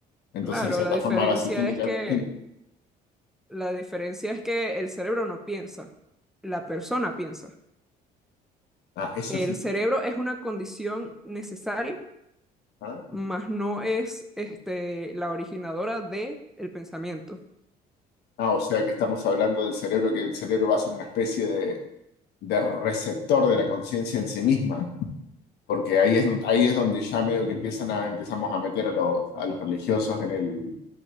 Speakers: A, on the left; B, in the centre.
A: Entonces,
B: Claro,
A: de cierta
B: la diferencia
A: forma, base química,
B: es que
A: química
B: la diferencia es que el cerebro no piensa, la persona piensa.
A: Ah, eso
B: El
A: es...
B: cerebro es una condición necesaria,
A: Ah,
B: mas no es este, la originadora del pensamiento.
A: Ah, o sea que estamos hablando del cerebro, que el cerebro va a ser una especie de, de receptor de la conciencia en sí misma, porque ahí es, don- ahí es donde ya medio que empiezan a, empezamos a meter a los, a los religiosos en el,